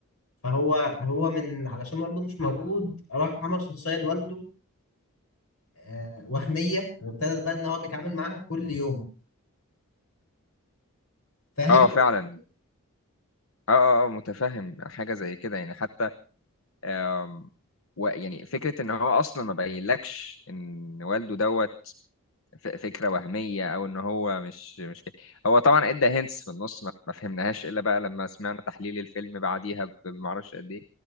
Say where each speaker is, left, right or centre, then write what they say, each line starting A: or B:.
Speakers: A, on the left (about 85°); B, on the left (about 70°).
A: فهو هو من علشان والده مش موجود راح عمل شخصية لوالده آه، وهمية وابتدى بقى ان هو بيتعامل معاها كل يوم فاهم
B: اه فعلا اه اه آه، متفهم حاجة زي كده يعني حتى آم... و... يعني فكرة ان هو اصلا ما بينلكش ان والده دوت ف- فكرة وهمية او ان هو مش مش كده هو طبعا ادى هنتس في النص ما ما فهمناهاش الا بقى لما سمعنا تحليل الفيلم بعديها ب- بمعرفش قد ايه